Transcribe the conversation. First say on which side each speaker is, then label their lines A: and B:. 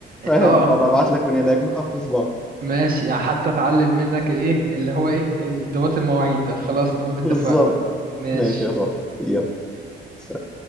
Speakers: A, in the centre; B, on the right (about 45°).
A: فاهم
B: اه
A: وابقى ابعت لك من هناك نحفز بعض
B: ماشي يعني حتى اتعلم منك الايه اللي هو ايه انضباط المواعيد ده خلاص تمام
A: بالظبط
B: اتفقنا ماشي
A: ماشي يا صاحبي يلا سلام